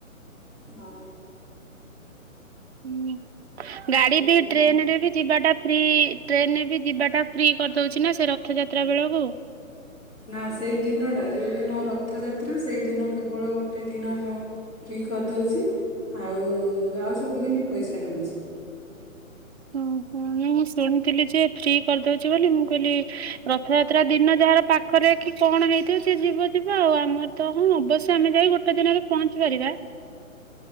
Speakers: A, on the left; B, on the right.
A: ହଁ।
B: ହୁଁ, ଗାଡି
A: ସେଇଆ
B: ବି
A: ଆଉ।
B: ଟ୍ରେନ ରେ ବି ଯିବାଟା ଫ୍ରି, ଟ୍ରେନରେ ବି ଯିବା ଟା ଫ୍ରି କରିଦଉଚି ନା, ସେ ରଥଯାତ୍ରା ବେଳକୁ।
A: ନା ସେଇ ଦିନ ଟା, ଯୋଉ ଦିନ ରଥଯାତ୍ରା, ସେଇ ଦିନ କେବଳ ଗୋଟେ ଦିନ ଫ୍ରି କରିଦଉଚି, ଆଉ, ଆଉ ସବୁଦିନେ ପଇସା ନଉଚି।
B: <unintelligible> ମୁଁ ଶୁଣିଥିଲି ଯେ, ଫ୍ରୀ କରିଦଉଚି ବୋଲି, ମୁଁ କହିଲି ରଥଯାତ୍ରା ଦିନ ଯାହାର ପା ପାଖରେ କିି କଣ ହେଇଥିବ ଯେ ଯିବ ଯିବ ଆଉ, ଆମର ତ, ହଁ ଅବଶ୍ୟ ଆମେ ଯାଇ ଗୋଟେ ଦିନରେ ପହଞ୍ଚି ପାରିବା।